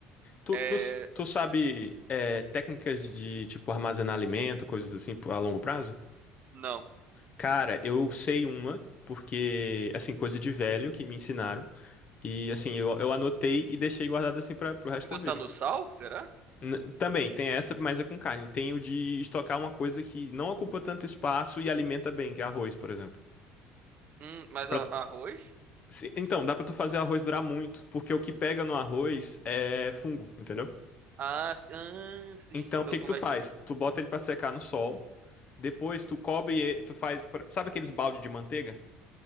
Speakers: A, on the left; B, on the right.
A: Tu,
B: É,
A: tu, tu sabe eh, técnicas de, tipo, armazenar alimento, coisas assim, a longo prazo?
B: não.
A: Cara, eu sei uma, porque, assim, coisa de velho que me ensinaram. E, assim, eu, eu anotei e deixei guardado, assim, para pro resto
B: Botar
A: da vida
B: no
A: aqui.
B: sal, será?
A: N- também, tem essa, mas é com carne. Tem o de estocar uma coisa que não ocupa tanto espaço e alimenta bem, que é arroz, por exemplo.
B: Hum, mas
A: E pra
B: a-
A: tu-
B: arroz?
A: se- então, dá pra tu fazer arroz durar muito, porque o que pega no arroz é fungo, entendeu?
B: Ah, s- ah, sim.
A: Então,
B: Então
A: o que
B: como
A: que tu faz?
B: é que.
A: Tu bota ele pra secar no sol, depois tu cobre, e- tu faz, sabe aqueles balde de manteiga?